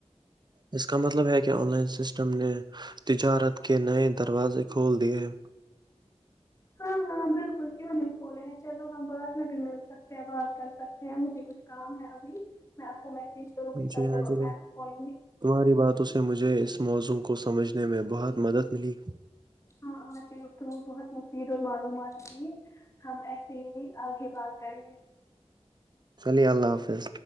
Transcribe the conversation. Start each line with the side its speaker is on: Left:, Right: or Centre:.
Right: اس کا مطلب ہے کہ آن لائن سسٹم نے تجارت کے نئے دروازے کھول دیے ہیں
Left: ہاں ہاں بالکل کیوں نہیں کھولے ہیں چلو ہم بعد میں بھی مل سکتے ہیںواز کر سکتے ہیں مجھے کچھ کام ہے ابھی میں آپ کو میسج کروں گی کل
Right: جی ہاں
Left: جب
Right: چلیے
Left: میںال
Right: تمہاری باتوں سے مجھے اس موزوں کو سمجھنے میں بہت مدد ملی
Left: ہاں آ تیں بہت مفید اور معلومات رہی ہم سے آگے بات کریں گے
Right: چلیے اللہ حافظ